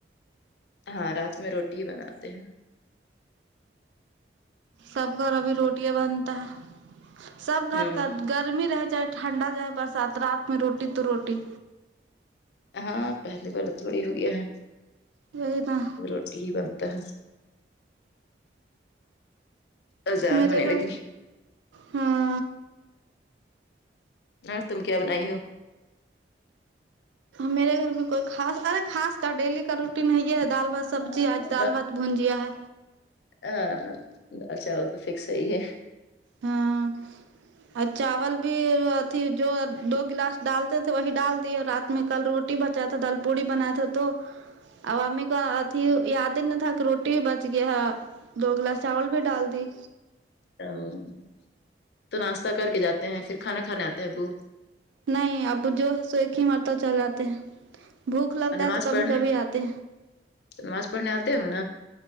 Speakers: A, on the left; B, on the right.
A: ہاں رات میں روٹی ہی بناتے ہیں
B: سب گھر ابھی روٹی بنتا ہے سب گھر
A: ہوں
B: کا گرمی رہے چاہے ٹھنڈا چاہے برسات رات میں روٹی تو روٹی
A: ہاں پہلے والا تھوڑی ہو گیا ہے
B: یہی نا
A: روٹی ہی بنتا ہے اذان
B: میرے
A: ہونے
B: گھر
A: لگی
B: ہاں
A: اور تم کیا بنائی ہو
B: میرے گھر میں کوئی خاص ارے خاص کا ڈیلی کا روٹین یہی ہے دال بس سبزی
A: ہاں
B: آج دال بت بونجیا ہے
A: ہاں دال چاول تو فکس وہی ہے
B: ہاں اور چاول بھی جو دو گلاس ڈالتے تھے وہی ڈال دیے رات میں کل رو ٹی بچا تھا دال پوڑی بنایا تھا تو اوامی کا ت یادن تھا کہ روٹی بھی بچ گیا دو گلاس چاول بھی ڈال دی
A: ہمم تو ناشتہ کر کے جاتے ہیں پھر کھانا کھانے آتے ہیں ابو
B: نہیں اب جو ہے سو ہی مرتا چل آے بھوک لگتا
A: اور نماز
B: ہے تو کبھی
A: پڑھنے
B: کبھی آتے
A: نماز پڑھنے آتے ہونگے نہ